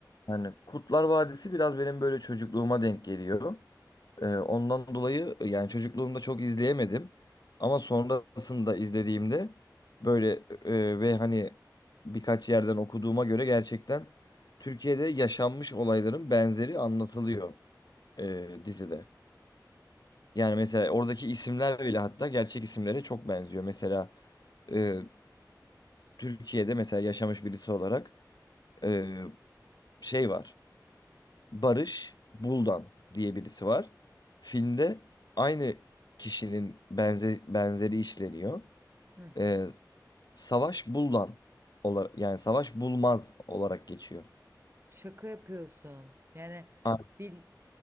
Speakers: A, on the left; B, on the right.
A: Yani Kurtlar Vadisi biraz benim böyle çocukluğuma denk geliyor. Ee, ondan dolayı e, yani çocukluğumda çok izleyemedim. Ama sonrasında izlediğimde böyle e, ve hani birkaç yerden okuduğuma göre gerçekten Türkiye'de yaşanmış olayların benzeri anlatılıyor e, dizide. Yani mesela oradaki isimler bile hatta gerçek isimlere çok benziyor. Mesela e, Türkiye'de mesela yaşamış birisi olarak e, şey var. Barış Buldan diye birisi var. Filmde aynı kişinin benze, benzeri işleniyor.
B: Hı hı.
A: Ee, Savaş Buldan olarak yani Savaş Bulmaz olarak geçiyor.
B: Şaka yapıyorsun. Yani
A: Aa,
B: bil-